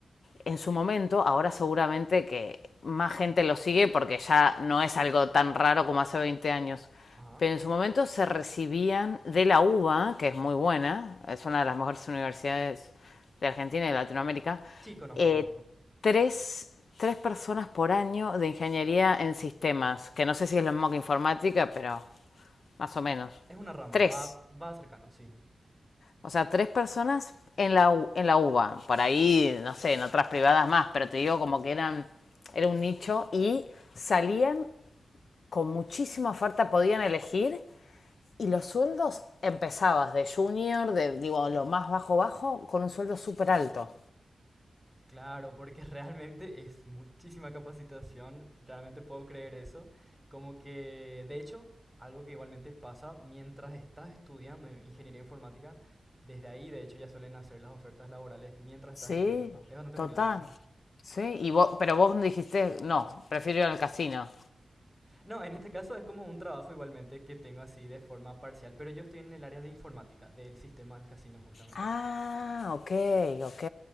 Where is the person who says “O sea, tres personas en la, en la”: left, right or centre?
Left